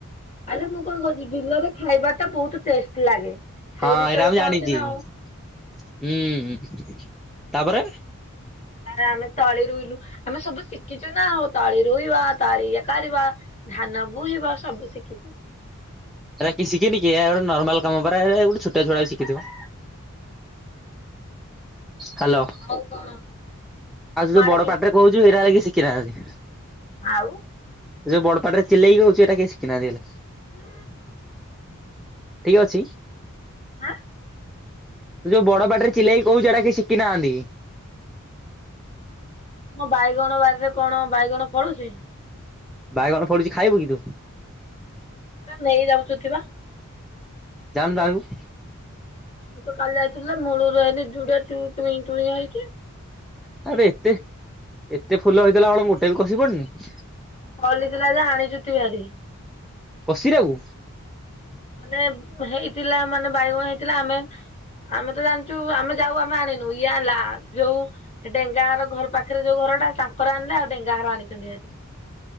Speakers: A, on the left; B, in the centre.
A: ଆରେ ମୁଁ କଣ କହୁଛି ବିଲରେ ଖାଇବା ଟା ବହୁତୁ ଟେଷ୍ଟେ ଲାଗେ। ସେଇ
B: ହଁ
A: ବିଷୟରେ
B: ଏରା ମୁଁ
A: କହୁଛି
B: ଜାଣିଚି
A: ନା ଆଉ।
B: ହୁଁ ହୁଁ ତାପରେ
A: ତାରେ ଆମେ ତଳି ରୁଇଲୁ ଆମେ ସବୁ ଶିଖିଛୁ ନା ଆଉ ତଳି ରୁଇବା ତଳି ଇଏ କରିବା। ଧାନ ବୁଇବ ସବୁ ଶିଖିଚୁ।
B: ଏରା କିିଏ ଶିଖିନି କି ଏରା ନର୍ମାଲ କାମ ପରା ଗୋଟେ ଛୋଟଛୁଆ ଶିଖିଥିବ। ହାଲୋ।
A: ଆଉ କଣ? ତମ
B: ଆଉ ଯୋଉ
A: ଆଡେ
B: ବଡ
A: କେମିତି
B: ପାଟିରେ କହୁଚୁ ଏଇରା ହେ କିି ଶିଖିନାହାନ୍ତି।
A: ଆଉ।
B: ଯୋଉ ବଡପାଟିରେ ଚିଲେଇକି ହଉଚୁ ଏଟା କିଏ ଶିଖିନାହାନ୍ତି ହେଲେ।
A: ହୁଁ।
B: ଠିକ୍ ଅଛି।
A: ଆଁ।
B: ତୁ ଯୋଉ ବଡ ପାଟିରେ ଚିଲେଇକି କହୁଚୁ ହେଟା କେହି ଶିଖିନାହାନ୍ତି।
A: ମୋ ବାଇଗଣ ବାରିରେ କଣ ବାଇଗଣ ଫଳୁଛି?
B: ବାଇଗଣ ଫଳୁଛି ଖାଇବୁ କି ତୁ?
A: ନେଇଯାଉଚନ୍ତି ବା।
B: ଯାଉନୁ ତୂ ଆଣିବୁ।
A: ତୁ ତ କାଲି ଯାଇଥିଲୁଯେ ମୂଳରୁ ଆଇଲୁନେହି ଝୁଡେ ଚୁଇଁ ଚଇଁ ଆଣିଚୁ।
B: ଆରେ ଏତେ ଏତେ ଫୁଲ ହେଇଥିଲା କଣ ମୋଟେ ବି କସୀ ପଡନି?
A: ଫଲିଥିଲା ଯେ ଆଣିଚୁ ତୁ ଭାରି।
B: କସିରାକୁ଼।
A: ମାନେ ହେଇଥିଲା ମାନେ ବାଇଗଣ ହେଇଥିଲା ଆମେ ଆମେ ତ ଜାଣିଚୁ ଆମେ ଯାଉ ଆମେ ଆଣିନୋହୁ ଇଏ ଆଣିଲା। ଯୋଉ ଡେଙ୍ଗାହର ଘର ପାଖରେ ଯୋଉ ଘରଟା ତାଙ୍କର ଆଣିଲେ ଆଉ ଡେଙ୍ଗାଘର ଆଣିଚନ୍ତି ଭାରି।